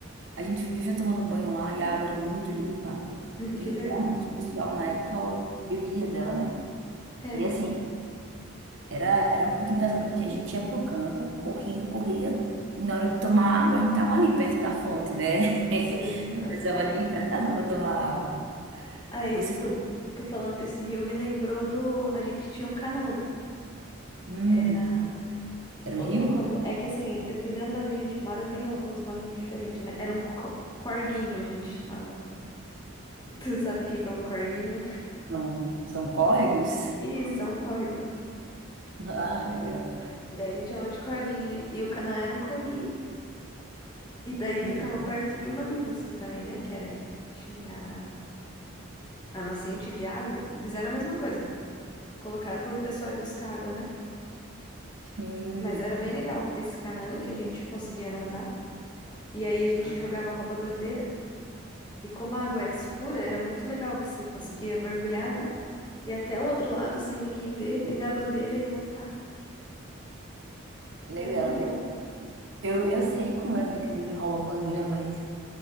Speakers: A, on the right (about 60°); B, on the left (about 20°).
A: A gente vivia tomando banho lá e a água era muito limpa. E
B: Que legal.
A: realmente o pessoal na época ó, bebia dela, né?
B: É.
A: E assim, Era, era muito engraçado, porque a gente ia pro campo, corria, corria, e na hora de tomar água a gente tava ali perto da fonte, né? <laughs>
B: Sim,
A: Não
B: tá
A: precisava
B: certo.
A: nem ir pra casa para tomar água.
B: Aí,
A: Você
B: tu,
A: falou,
B: tu falando desse rio me lembrou do. A gente tinha o Canaã.
A: hum,
B: Era
A: era
B: outra
A: um rio?
B: coisa. É que assim, dependendo de onde a gente mora, tem o- os nomes diferentes, né? Era um co- corguinho, a gente chamava. <laughs> Tu sabe o que que é um corguinho?
A: Não, são córregos?
B: Isso,
A: <laughs>
B: é um córrego.
A: Ah, legal.
B: Daí a gente chamava de corguinho. E e o Canaã era um corguinho. E daí
A: Hum,
B: ficava perto de uma mina, assim, também, né? Que era. Tinha a nascente de água e fizeram a mesma coisa. Colocaram pro pessoal ir buscar água, né?
A: Sim,
B: Mas era bem legal esse Canaã que a gente conseguia nadar. E aí a gente
A: ah,
B: jogava rouba-bandeira. E como a água era escura, era muito legal que você conseguia mergulhar, né? E até o outro lado sem ninguém ver, pegar a bandeira e voltar.
A: legal.
B: Era maneiro.
A: legal. Eu, eu sei como é brincadeira de rouba-bandeira, mas